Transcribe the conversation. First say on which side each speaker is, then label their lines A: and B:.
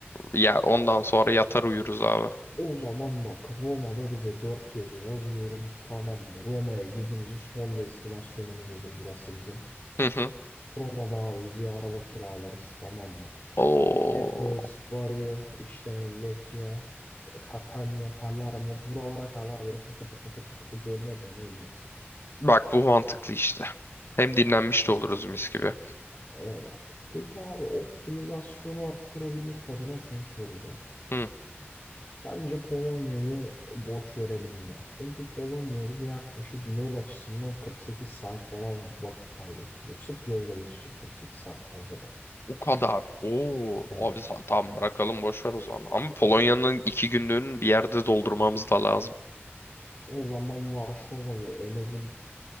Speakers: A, on the left; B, on the left.
A: Ya ondan
B: Al-
A: sonra yatar uyuruz abi.
B: O zaman bak Roma'da bize dört gece yazıyorum. Tamam mı? Roma'ya gidince son destinasyonumuz olur burası bizim.
A: Hı hı.
B: Roma'da abi bir araba kiralarız tamam mı?
A: Oo.
B: Naples, Bari, işte Lecce, Catania, Palermo buralara kadar böyle pıtı pıtı pıtı pıtı döne döne ineriz.
A: Bak bu mantıklı işte. Hem dinlenmiş
B: Yani
A: de oluruz mis gibi.
B: öyle. Peki abi optimizasyonu arttırabilmek adına şunu soracağım.
A: Hı.
B: Sence Polonya'yı boş verelim mi? Çünkü Polonya bize yaklaşık yol açısından 48 saat falan vakit kaybettiriyor. Sırf yolla geçecek 48 saat fazladan.
A: O kadar. Oo.
B: Evet.
A: Abi sa- tamam bırakalım boş ver o zaman. Ama Polonya'nın
B: Hani
A: iki günlüğünü bir yerde doldurmamız da lazım.
B: o zaman Varşova'yı eledim.